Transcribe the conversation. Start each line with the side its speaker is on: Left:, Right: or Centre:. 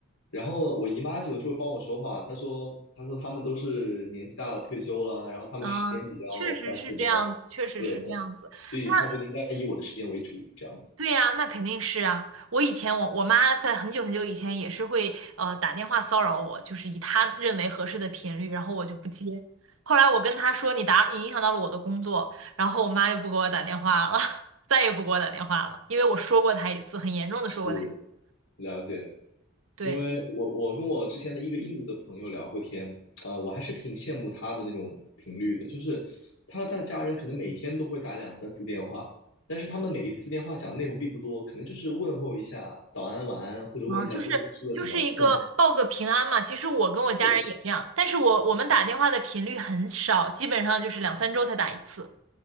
Left: 然后我姨妈有的时候帮我说话，她说她说他们都是年纪大了退休了，然后他们时间比较
Right: 嗯，确实是这样子，
Left: flexible，
Right: 确实是这样子。
Left: 对的，所以她觉得应该以我的时间为主，
Right: 那
Left: 这样子
Right: 对呀，那肯定是啊。我以前我我妈在很久很久以前也是会呃打电话骚扰我，就是以她认为合适的频率，然后我就不接。后来我跟她说你打你影响到了我的工作，然后我妈就不给我打电话了，<laughs> 再也不给我打电话了，因为我说过她一次，很严重的说过她一次
Left: 是了解。
Right: 对，
Left: 因为我我跟我之前的一个印度的朋友聊过天，
Right: 就是
Left: 呃，我还是挺羡慕他的那种频率的，就是他和他的家人可能每天都会打两三次电话，但是他们每一次电话讲的内容并不多，可能就是问候一下早安晚安，或者问一下中午吃了什么，
Right: 啊，就是就是一个报个平安嘛。
Left: 这么
Right: 其实我跟我家人也这样，
Left: 对。
Right: 但是我我们打电话的频率很少，基本上就是两三周才打一次。